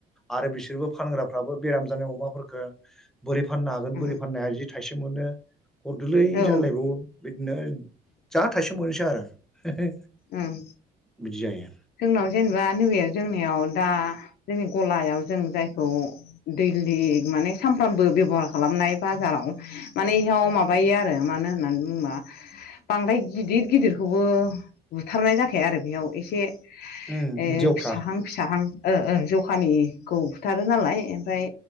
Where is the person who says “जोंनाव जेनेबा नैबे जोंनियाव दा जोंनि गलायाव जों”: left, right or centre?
Left